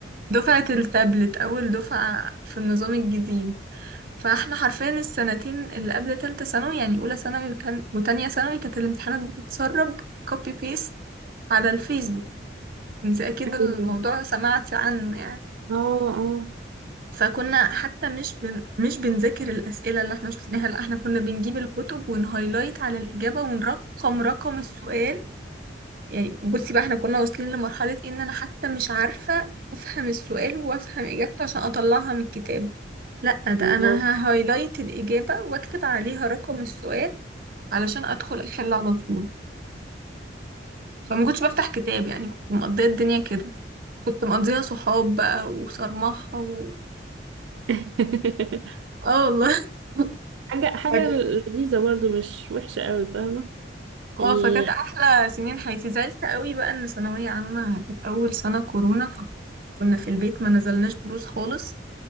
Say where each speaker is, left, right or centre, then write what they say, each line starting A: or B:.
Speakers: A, on the right (about 50°); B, on the right (about 80°).
A: دفعة التابلت أول دفعة في النظام الجديد فاحنا حرفيا السنتين اللي قبل تالتة ثانوي يعني أولى ثانوي وتان- وتانية ثانوي كانت الامتحانات بتتسرب كوبي بيست على الفيسبوك انت أكيد
B: <laughs>
A: الموضوع سمعتي عنه يعني
B: اه اه
A: فكنا حتى مش بن... مش بنذاكر الأسئلة اللي احنا شفناها لا احنا كنا بنجيب الكتب ونهايلايت على الإجابة ونرقم رقم السؤال يعني بصي بقى احنا كنا واصلين لمرحلة إيه؟ ان انا حتى مش عارفة افهم السؤال وافهم اجابته عشان اطلعها من الكتاب لا ده
B: الله
A: انا ههايلايت الاجابة واكتب عليها رقم السؤال علشان ادخل احل على طول فما كنتش بفتح كتاب يعني كنت مقضية الدنيا كده كنت مقضيها صحاب بقى وصرمحة و...
B: <laughs>
A: اه والله <laughs>
B: حاجة حاجة
A: فك...
B: لذيذة برضو مش وحشة قوي فاهمة
A: اه
B: يعني
A: فكانت احلى سنين حياتي زعلت قوي بقى ان ثانوية عامة كانت اول سنة كورونا فكنا في البيت ما نزلناش دروس خالص